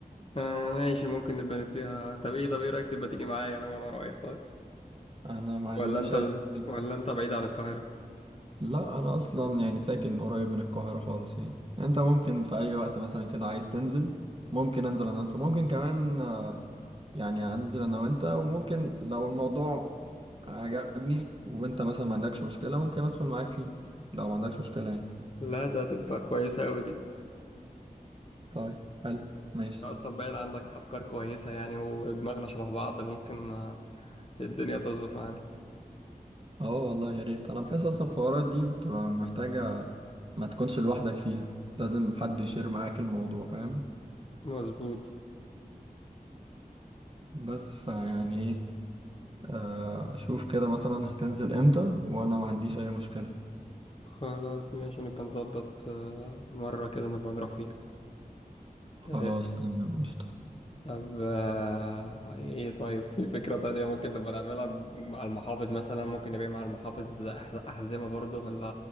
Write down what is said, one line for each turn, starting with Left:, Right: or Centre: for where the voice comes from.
Left: آه ماشي ممكن نبقى نديها طب ايه طب ايه رأيك تبقى تيجي معايا لو انا رايح طيب
Right: أنا ما عنديش
Left: ولا انت
Right: أي مشكلة.
Left: ولا انت بعيد عن القاهرة
Right: لا أنا أصلا يعني ساكن قريب من القاهرة خالص يعني أنت ممكن في أي وقت مثلا كده عايز تنزل ممكن أنزل أنا أنت ممكن كمان آه، يعني هنزل انا وانت وممكن لو الموضوع عجبني وانت مثلا ما عندكش مشكلة ممكن ادخل معاك فيه لو ما عندكش مشكلة يعني
Left: لا ده تبقى كويسة أوي دي
Right: طيب حلو ماشي
Left: اصلا باين عندك افكار كويسه يعني ودماغنا شبه بعض ممكن آه، الدنيا تظبط معانا
Right: اه والله يا ريت انا بحس اصلا الحوارات دي بتبقى محتاجة ما تكونش لوحدك فيها لازم حد يشير معاك الموضوع فاهم
Left: مظبوط
Right: بس فيعني ايه آه شوف كده مثلا هتنزل امتى وانا ما عنديش اي مشكلة
Left: خلاص ماشي نبقى نظبط آه، مرة كده نبقى نروح فيها
Right: خلاص
Left: آه،
Right: تمام قشطة
Left: طب آه، ايه طيب في فكرة تانية ممكن نبقى نعملها مع المحافظ مثلا ممكن نبيع مع المحافظ أح- أحزمة برضه ولا